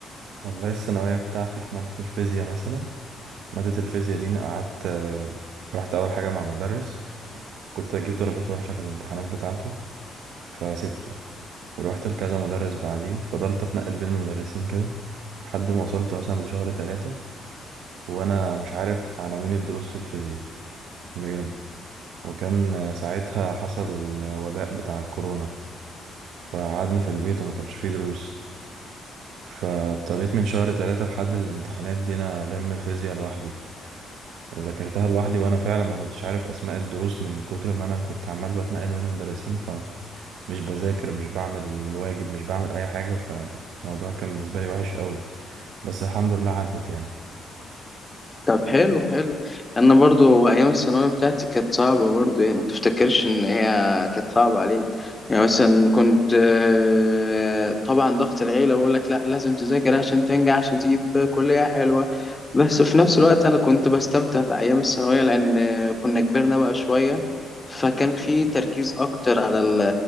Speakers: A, on the right; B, on the left.
A: والله الثانويه بتاعتي في ماده الفيزياء مثلا ماده الفيزياء دي أنا قعدت آه، رحت اول حاجه مع مدرس كنت اجيب درجات وحشة في الامتحانات بتاعته فسيبته ورحت لكذا مدرس بعديه فضلت اتنقل بين المدرسين كده لحد ما وصلت مثلا لشهر تلاتة وانا مش عارف عناوين الدروس في الفيزياء بجد وكان آه، ساعتها حصل الوباء بتاع الكورونا فقعدنا في البيت وما كانش فيه دروس فاضطريت من شهر تلاتة لحد الامتحانات دي انا الم الفيزياء لوحدي ذاكرتها لوحدي وانا فعلا ما كنتش عارف اسماء الدروس من كتر ما انا كنت عمال بتنقل بين المدرسين مش بذاكر مش بعمل الواجب مش بعمل اي حاجة فالموضوع كان بالنسبة لي وحش قوي بس الحمد لله عدت يعني
B: طب حلو حلو انا برضو ايام الثانويه بتاعتي كانت صعبه برضو يعني ما تفتكرش ان هي كانت صعبه عليك يعني مثلا كنت آه، طبعا ضغط العيله بقول لك لا لازم تذاكر عشان تنجح عشان تجيب كليه حلوه بس في نفس الوقت انا كنت بستمتع بايام الثانويه لان آه، كنا كبرنا بقى شويه فكان في تركيز اكتر على ال